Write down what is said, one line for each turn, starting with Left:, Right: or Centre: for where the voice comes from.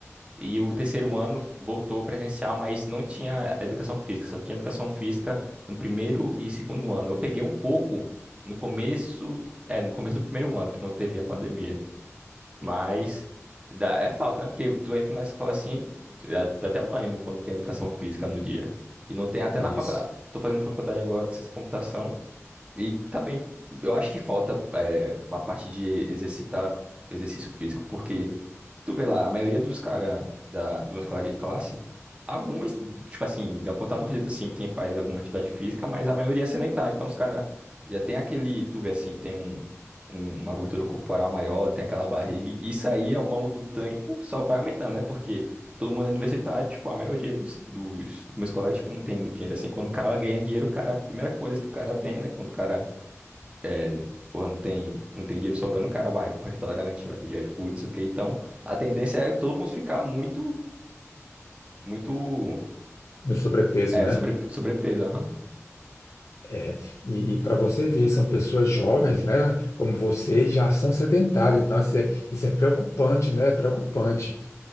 Right: e o terceiro ano voltou presencial, mas não tinha educação física, só tinha educação física no primeiro e segundo ano. Eu peguei um pouco no começo, é, no começo do primeiro ano, que não teve a pandemia. Mas dá, é falta, né? Porque tu entra na escola assim, tu- dá, dá até um ânimo quando tem educação física no dia. E não tem até
Left: Isso.
Right: na faculdade. Tô fazendo faculdade agora de ciência da computação e tá bem. Eu acho que falta é, uma parte de exercitar exercício físico, porque Tu vê lá, a maioria dos caras, da, dos meus colegas de classe, alguns, tipo assim, dá pra contar nos dedos, assim, quem faz alguma atividade física, mas a maioria é sedentária. Então os caras já tem aquele, tu vê assim, tem um, um- uma gordura corporal maior, tem aquela barriga, e isso aí ao longo do tempo só vai aumentando, né? Porque todo mundo é universitário, tipo, a maioria dos, dos meus colegas, tipo, não tem muito dinheiro, assim. Quando o cara vai ganhando dinheiro, o cara, a primeira coisa que o cara tem, né? Quando o cara é, porra, não tem, não tem dinheiro sobrando, o cara vai pro restaurante, vai pedir iFood, não sei o quê. Então, a tendência é todo mundo ficar muito, muito,
Left: No sobrepeso,
Right: é,
Left: né?
Right: sobre, sobrepeso, aham.
Left: É. E, para você ver, são pessoas jovens, né? Como você, já são sedentárias. Nossa, isso é, isso é preocupante, né? É preocupante.